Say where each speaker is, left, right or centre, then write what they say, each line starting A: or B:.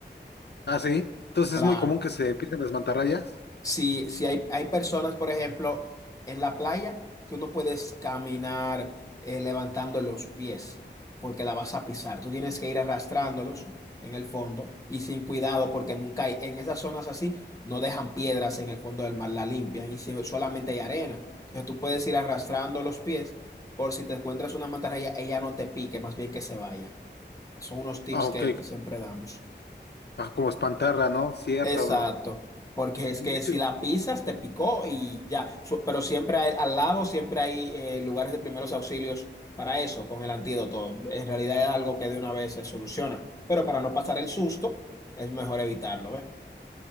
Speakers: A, on the left; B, on the left.
A: Ah, sí. Entonces
B: Claro.
A: es muy común que se pisen las mantarrayas.
B: Si, si hay, hay personas, por ejemplo, en la playa, tú no puedes caminar eh, levantando los pies porque la vas a pisar. Tú tienes que ir arrastrándolos en el fondo y sin cuidado porque nunca hay, en esas zonas así, no dejan piedras en el fondo del mar, la limpian y si- solamente hay arena. Entonces tú puedes ir arrastrando los pies por si te encuentras una mantarraya, ella no te pique, más bien que se vaya. Son unos tips
A: Ah, ok.
B: que, que siempre damos.
A: Ah, como espantarla, ¿no? Cierto,
B: Exacto,
A: bro.
B: porque es
A: De
B: que
A: hecho,
B: si la pisas te picó y ya, Su- pero siempre hay- al lado siempre hay eh, lugares de primeros auxilios para eso, con el antídoto. En realidad es algo que de una vez se soluciona, pero para no pasar el susto es mejor evitarlo, ¿ves?